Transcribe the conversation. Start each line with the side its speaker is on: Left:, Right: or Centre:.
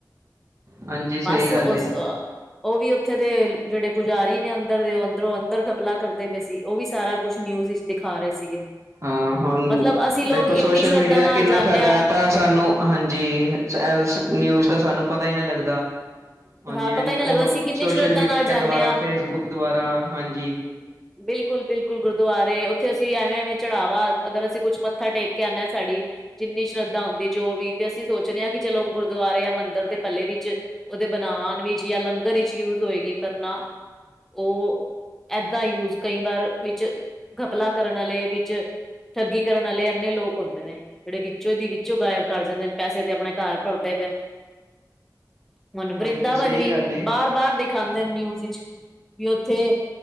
Right: ਹਾਂਜੀ ਸਹੀ
Centre: ਬੱਸ
Right: ਗੱਲ
Centre: ਉਸ
Right: ਏ,
Centre: ਅ ਉਹ ਵੀ ਉੱਥੇ ਦੇ ਜਿਹੜੇ ਪੁਜਾਰੀ ਨੇ ਅੰਦਰ ਦੇ ਉਹ ਅੰਦਰੋਂ ਅੰਦਰ ਘਪਲਾ ਕਰਦੇ ਪਏ ਸੀ ਉਹ ਵੀ ਸਾਰਾ ਕੁਛ ਨਿਊਜ਼ ਵਿੱਚ ਦਿਖਾ ਰਹੇ ਸੀਗੇ
Right: ਹਾਂ ਹੁਣ
Centre: ਮਤਲਬ ਅਸੀਂ ਲੋਕ
Right: ਦੇਖੋ
Centre: ਇੰਨੀ
Right: ਸੋਸ਼ਲ
Centre: ਸ਼ਰਧਾ
Right: ਮੀਡੀਆ
Centre: ਨਾਲ
Right: ਦਾ ਕਿੰਨਾ
Centre: ਜਾਂਦੇ
Right: ਫਾਇਦਾ
Centre: ਹਾਂ
Right: ਹੈ ਤਾਂ ਸਾਨੂੰ ਹਾਂਜੀ, ਨਿਊਜ਼ ਦਾ ਸਾਨੂੰ ਪਤਾ ਹੀ ਨਾ ਲੱਗਦਾ ਹਾਂਜੀ
Centre: ਹਾਂ ਪਤਾ ਹੀ ਨਾ ਲੱਗਦਾ ਸੀ ਕਿੰਨੀ
Right: ਸੋਸ਼ਲ
Centre: ਸ਼ਰਧਾ
Right: ਮੀਡੀਆ
Centre: ਨਾਲ ਜਾਂਦੇ
Right: ਦੁਆਰਾ
Centre: ਹਾਂ
Right: ਫੇਸਬੁੱਕ ਦੁਆਰਾ ਹਾਂਜੀ
Centre: ਬਿਲਕੁਲ-ਬਿਲਕੁਲ ਗੁਰਦੁਆਰੇ ਉੱਥੇ ਅਸੀਂ ਐਵੇਂ-ਐਵੇਂ ਚੜਾਵਾ ਅਗਰ ਅਸੀਂ ਕੁੱਛ ਮੱਥਾ ਟੇਕ ਕੇ ਆਉਂਦੇ ਸਾਡੀ ਜਿੰਨੀ ਸ਼ਰਧਾ ਹੁੰਦੀ ਜੋ ਵੀ ਤੇ ਅਸੀਂ ਸੋਚਦੇ ਹਾਂ, ਕਿ ਚਲੋ ਗੁਰਦੁਆਰੇ ਆ ਮੰਦਿਰ ਦੇ ਪੱਲੇ ਵਿੱਚ ਉਹਦੇ ਬਣਾਉਣ ਵਿੱਚ ਲੰਗਰ ਵਿੱਚ ਯੂਜ ਹੋਏਗੀ, ਪਰ ਨਾ ਉਹ ਏਦਾਂ ਯੂਜ ਕਈ ਵਾਰ ਵਿੱਚ ਘਪਲਾ ਕਰਨ ਵਾਲੇ ਵਿੱਚ ਠੱਗੀ ਕਰਨ ਵਾਲੇ ਇੰਨੇ ਲੋਕ ਹੁੰਦੇ ਨੇ ਜਿਹੜੇ ਵਿੱਚੋਂ ਦੀ ਵਿੱਚੋਂ ਗਾਇਬ ਕਰ ਜਾਂਦੇ, ਨੇ ਪੈਸੇ ਤੇ ਆਪਣੇ ਘਰ ਭਰਦੇ ਪਏਨ ਹੁਨ ਵਰਿੰਦਾਵਨ
Right: ਹਾਂਜੀ ਸਹੀ
Centre: ਵੀ
Right: ਗੱਲ ਏ।
Centre: ਬਾਰ-ਬਾਰ ਦਿਖਾਉਂਦੇ, ਨਿਊਜ਼ ਵਿੱਚ ਵੀ ਉੱਥੇ